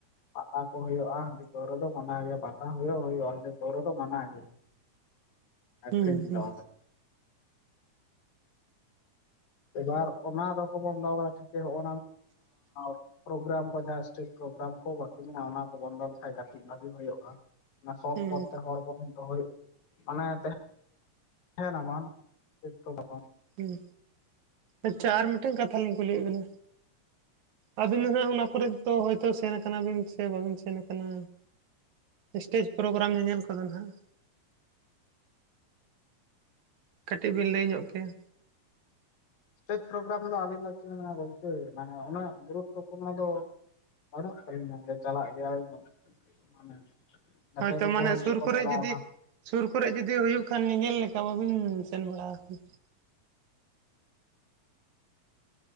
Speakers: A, on the left; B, on the right.
A: ᱯᱟᱛᱟ ᱠᱚ ᱦᱳᱭᱳᱜᱼᱟ ᱦᱟᱺᱰᱤ ᱯᱟᱹᱣᱨᱟᱹ ᱫᱚ ᱢᱟᱱᱟᱣ ᱜᱮ ᱯᱟᱛᱟ ᱦᱳᱭᱳᱜ ᱦᱳᱭᱳᱜᱼᱟ ᱦᱟᱺᱰᱤ ᱯᱟᱹᱣᱨᱟᱹ ᱫᱚ ᱢᱟᱱᱟ ᱜᱮ᱾ ᱟᱹᱠᱷᱨᱤᱧ
B: ᱦᱩᱸ ᱦᱩᱸ
A: ᱫᱚ ᱮᱵᱟᱨ ᱚᱱᱟ ᱫᱚᱠᱚ ᱵᱚᱱᱫᱟ ᱠᱟᱫᱟ ᱴᱷᱤᱠ ᱜᱮ ᱦᱚᱜ <unintelligible> ᱯᱨᱳᱜᱨᱟᱢ ᱠᱚ ᱡᱟᱦᱟᱸ ᱥᱴᱮᱡᱽ ᱯᱨᱳᱜᱨᱟᱢ ᱠᱚ ᱵᱟᱠᱤ ᱢᱮᱱᱟᱜᱼᱟ ᱚᱱᱟ ᱠᱚ ᱵᱚᱱᱫᱚ ᱞᱮᱠᱷᱟᱡ ᱜᱟᱛᱮᱜ ᱦᱳᱭᱳᱜᱼᱟ᱾ ᱚᱱᱟ ᱥᱚᱛ
B: ᱦᱩᱸ
A: ᱯᱷᱚᱛ ᱛᱮ ᱦᱚᱲ ᱵᱚᱱ ᱫᱚᱦᱚᱭᱮ ᱢᱟᱱᱮ ᱛᱮᱦᱮ <unintelligible>
B: ᱦᱩᱸ ᱟᱪᱪᱷᱟ ᱟᱨ ᱢᱤᱫᱴᱟᱝ ᱠᱟᱛᱷᱟ ᱞᱤᱧ ᱠᱩᱞᱤᱭᱮᱜ ᱵᱤᱱᱟ᱾ ᱟᱵᱤᱱ ᱫᱚ ᱦᱟᱜ ᱚᱱᱟ ᱠᱚᱨᱮ ᱫᱚ ᱦᱚᱭᱛᱚ ᱥᱮᱱ ᱟᱠᱟᱱᱟᱵᱤᱱ ᱥᱮ ᱵᱟᱵᱤᱱ ᱥᱮᱱ ᱟᱠᱟᱱᱟ? ᱥᱴᱮᱡᱽ ᱯᱨᱳᱜᱨᱟᱢ ᱧᱮᱧᱮᱞ ᱠᱚᱫᱚ ᱱᱟᱦᱟᱜ᱾ ᱠᱟᱹᱴᱤᱡ ᱵᱤᱱ ᱞᱟᱹᱭ ᱧᱚᱜ ᱠᱮᱭᱟ?
A: ᱥᱴᱮᱡᱽ ᱯᱨᱳᱜᱨᱟᱢ ᱫᱚ ᱟᱹᱞᱤᱧ ᱫᱚᱱᱟ ᱜᱚᱝᱠᱮ ᱢᱟᱱᱮ ᱩᱱᱟᱹᱜ ᱜᱩᱨᱩᱛᱚᱯᱩᱨᱱᱚ ᱫᱚ ᱵᱟᱹᱱᱩᱜ ᱛᱟᱞᱤᱧᱟ ᱡᱮ ᱪᱟᱞᱟᱜ ᱜᱮᱭᱟᱞᱤ ᱢᱟᱱᱮ ᱜᱟᱛᱮ
B: ᱦᱳᱭᱛᱚ
A: ᱠᱚᱠᱚ
B: ᱢᱟᱱᱮ
A: ᱦᱚᱭᱛᱚ
B: ᱥᱩᱨ
A: ᱠᱚ
B: ᱠᱚᱨᱮ
A: ᱪᱟᱞᱟᱣ
B: ᱡᱩᱫᱤ
A: ᱠᱟᱱᱟ
B: ᱥᱩᱨ ᱠᱚᱨᱮ ᱡᱩᱫᱤ ᱦᱳᱭᱳᱜ ᱠᱷᱟᱱ, ᱧᱮᱧᱮᱞ ᱞᱮᱠᱟ ᱵᱟᱹᱵᱤᱱ ᱥᱮᱱ ᱵᱟᱲᱟ ᱠᱟᱱᱟ?